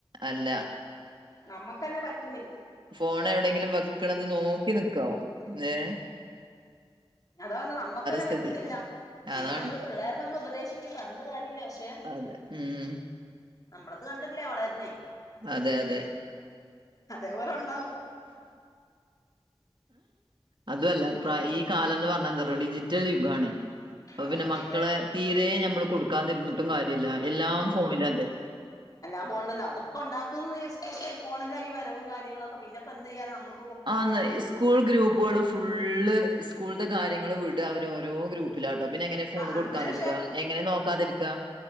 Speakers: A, on the right; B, on the left.
A: അല്ല
B: നമ്മക്ക്ന്നെ പറ്റുന്നില്ല.
A: ഫോണ് എവിടെങ്കിലും വെക്ക്ണത് നോക്കി നക്കാവും ഏഹ്
B: അതാ പറഞ്ഞ നമ്മക്ക്ന്നെ
A: സ്ഥിതി.
B: പറ്റുന്നില്ല. പിന്നെ
A: അതാണ്
B: നമ്മള് പിള്ളേരെ നമ്മൾ ഉപദേശിക്കും പർഞ്ഞിട്ട് കാര്യല്ല. പക്ഷെ
A: അതെ ഉം
B: നമ്മൾത് കണ്ടല്ലേ വളര്ണെ
A: അതെ അതെ
B: അതെ പോലെ ഉണ്ടാവും.
A: അതു അല്ല
B: ഫോൺ
A: ഇപ്പ ഈ കാലംന്ന് പർഞ്ഞത് റെഡിജിറ്റൽ യുഗാണ് അപ്പൊ
B: ആഹ്
A: പിന്നെ മക്കളെ
B: അതെ
A: തീരെ നമ്മള് കൊടുക്കാതിരുന്നിട്ടും കാര്യല്ല, എല്ലാം ഫോണിലല്ലേ
B: എല്ലാം ഫോണില് അതാ അതൊക്കെ ഉണ്ടാക്കുന്നുന്നത് ഈ സ്കൂൾത്തെ ഒരു ഫോണില ഈ വരവും കാര്യങ്ങളൊക്കെ പിന്നെപ്പോഎന്ത്യ്യാനാ നമ്മള്
A: ആന്ന് സ്കൂൾ ഗ്രൂപ്പുകള് ഫുള്ള് സ്കൂൾത്തെ കാര്യങ്ങള് വിട് അവര് ഓരോ ഗ്രൂ പ്പിലാട്ടോ പിന്നെ എങ്ങനെ ഫോൺ
B: ആഹ് അന്നതിന്
A: കൊടുക്കാതിരിക്ക് എങ്ങനെ നോക്കാതിരിക്ക്.